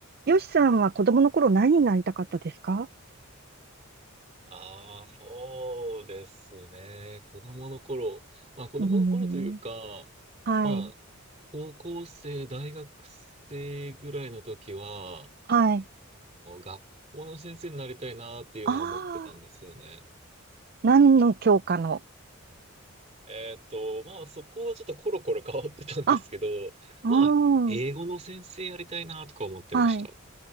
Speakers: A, on the right; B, on the right.
A: よしさんは子供の頃何になりたかったですか
B: ああ、そうですね。子供の頃。まあ子供の頃というか、
A: うん。はい。
B: まあ高校生、大学生ぐらいの時は、
A: はい。
B: 学校の先生になりたいなっていうのは思ってたんですよね。
A: ああ、何の教科の。
B: えーっと、まあそこはちょっとコロコロ変わってたんですけど、
A: あ、うん。
B: まあ英語の先生やりたいなとか思ってました。
A: はい。